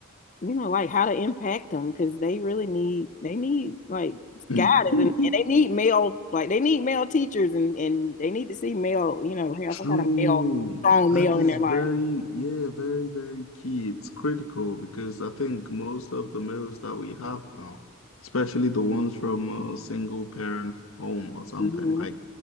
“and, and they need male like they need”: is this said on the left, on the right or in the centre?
Left